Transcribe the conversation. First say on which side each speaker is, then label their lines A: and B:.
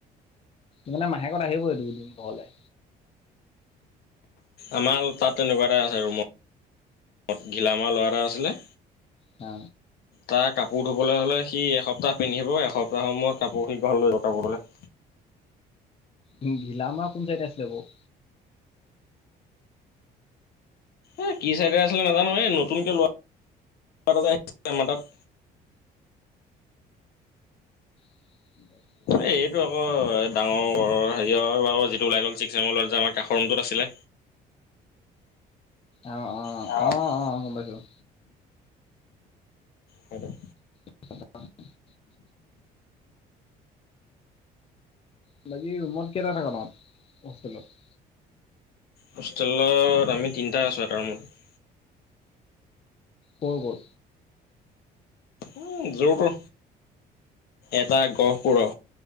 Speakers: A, on the left (about 35°); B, on the left (about 70°).
A: মানে মাহেকত আহিবই দুদিন ঘৰলে।
B: আমাৰ তাত তেনেকুৱা এটা আছে ৰুমত, ঘিলামাৰ ল'ৰা এটা আছিলে।
A: অ
B: তাৰ কাপোৰ ধুবলৈ হ'লে সি এসপ্তাহ পিন্ধিব এসপ্তাহৰ সময়ত কাপোৰ সি ঘৰলে লৈ যাব কাপোৰ ধুবলে।
A: উ ঘিলামাৰ কোন চাইডে আছিলে বাৰু?
B: এ কি চাইডে আছিলে নাজানো এই নতুকে ল'ৰা আহ আমাৰ তাত,
A: <inaudible>
B: এই এইটো আকৌ ডাঙৰ হেৰিয়াৰ ভাগৰ যিটো ওলাই গ'ল ছিক্স চেমৰ যোৱা আমাৰ কাষৰ ৰুমটোত আছিলে।
A: আহ অ
B: সেইটো
A: আহ অ গম পাইছোঁ।
B: হেল্ল',
A: <unintelligible> তহতি ৰুমত কেইটা থকা নহলে হোষ্টেলত।
B: হোষ্টেলত আমি তিনিটা আছোঁ এটাৰ ৰুমত।
A: ক'ৰ ক'ৰ।
B: উ জৰ তৰ এটা গহপুৰ।